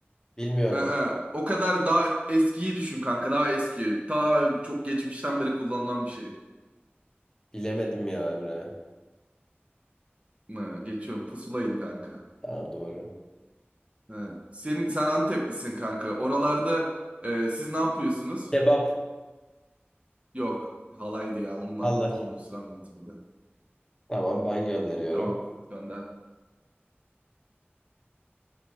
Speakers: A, on the left; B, on the right.
A: Bilmiyorum.
B: Ee, e, o kadar daha eskiyi düşün kanka. Daha eski. Ta çok geçmişten beri kullanılan bir şey.
A: Bilemedim ya Emre.
B: Ee, geçiyorum. Pusulaydı kanka.
A: Daha doğru.
B: Ee, Senin, sen Anteplisin kanka. Oralarda e, siz ne yapıyorsunuz?
A: Kebap.
B: Yok. Halaydı ya. Onu
A: Allah.
B: anlatamadım sürem yönetiminde.
A: Tamam
B: Ee,
A: ben gönderiyorum.
B: Tamam. Ben de.